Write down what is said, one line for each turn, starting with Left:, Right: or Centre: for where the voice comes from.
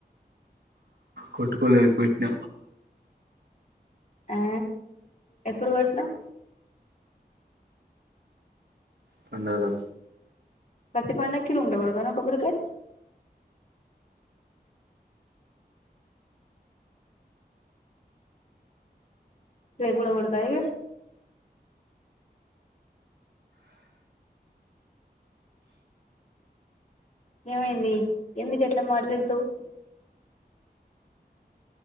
Right: కొట్టుకోలేదు కొట్టిన
Left: ఆ ఎప్పుడు కొట్టినవ్
Right: పండగల
Left: ప్రతి పండక్కి కొడతారా కొబ్బరికాయ రేపు గూడ కొడతవా ఇగ ఏమైంది ఎందుకు ఎట్లా మాట్లాడతావ్